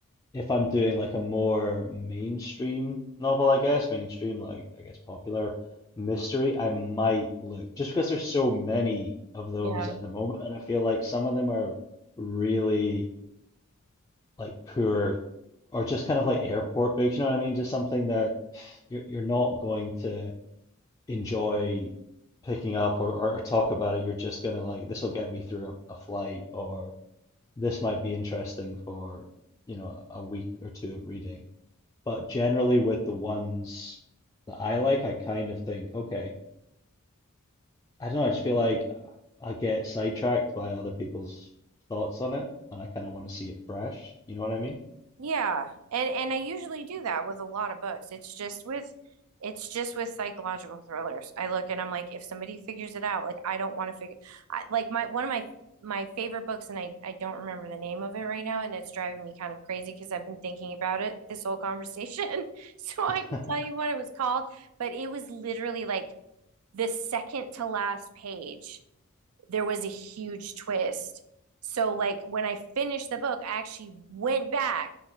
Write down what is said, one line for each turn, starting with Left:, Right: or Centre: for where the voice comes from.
Left: if I'm doing like a more mainstream novel, I guess, mainstream, like I guess popular mystery, I might look just because there's so many of those
Right: Yeah.
Left: at the moment, and I feel like some of them are really like poor or just kind of like airport books, you know what I mean? Just something that you're you're not going to enjoy picking up or, or, or talk about it. You're just gonna like, this will get me through a, a flight, or this might be interesting for, you know, a week or two of reading. But generally, with the ones that I like, I kind of think, okay, I don't know, I just feel like I get sidetracked by other people's thoughts on it, and I kind of want to see it fresh. You know what I mean?
Right: Yeah, and and I usually do that with a lot of books. It's just with it's just with psychological thrillers. I look and I'm like, if somebody figures it out, like I don't want to figure I, like my one of my my favorite books and I I don't remember the name of it right now and it's driving me kind of crazy because I've been thinking about it this whole conversation <laughs> so I
Left: <laughs>
Right: could tell you what it was called, but it was literally like the second to last page there was a huge twist. So, like, when I finished the book, I actually went back